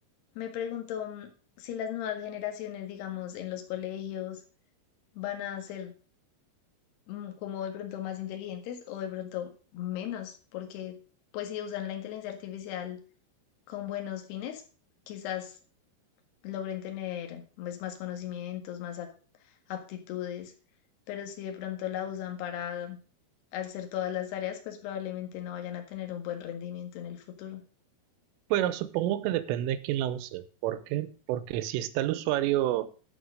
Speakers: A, on the left (about 65°); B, on the right (about 85°).
A: me pregunto mm, si las nuevas generaciones, digamos, en los colegios van a ser mm, como de pronto más inteligentes o de pronto menos, porque pues si usan la inteligencia artificial con buenos fines, quizás logren tener pues, más conocimientos, más ac- aptitudes, pero si de pronto la usan para hacer todas las tareas, pues probablemente no vayan a tener un buen rendimiento en el futuro.
B: Pero supongo que depende de quién la use. ¿Por qué? Porque si está el usuario, o